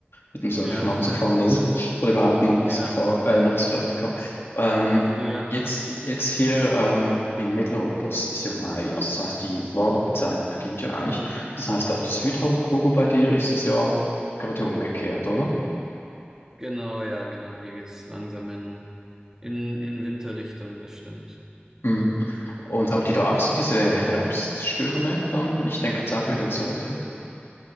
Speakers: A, on the left; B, on the right.
A: mit dem Surfen
B: Ja,
A: anzufangen.
B: <laughs>
A: Das, <laughs> oder überhaupt mal nach,
B: ja,
A: Safari, äh, nach Südafrika. Ähm,
B: ja.
A: jetzt, jetzt hier ähm, in Mitteleuropa es ist ja Mai. Also das heißt, die Warmzeit beginnt ja eigentlich. Das heißt, auf der Südhalbkugel
B: Hm.
A: bei dir ist es ja gerade umgekehrt, oder?
B: Genau, ja, genau. Hier geht's langsam in, in, in Winterrichtung, das stimmt.
A: Mhm. Und habt ihr da auch so diese Herbststürme dann? Ich denke jetzt auch wieder an Surfen.